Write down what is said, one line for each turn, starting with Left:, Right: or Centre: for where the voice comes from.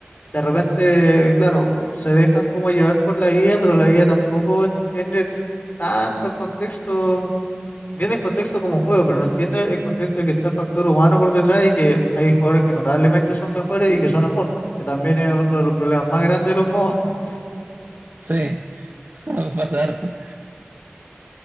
Left: de repente, claro, se dejan como llevar por la guía, pero la guía tampoco entiende tanto el contexto Entiende el contexto como juego, pero no entiende el contexto de que está el factor humano por detrás y que hay jugadores que notablemente son mejores y que son smurfs, que también es otro de los problemas más grandes de los MOBA, <laughs>
Right: Sí, <laughs> pasa harto.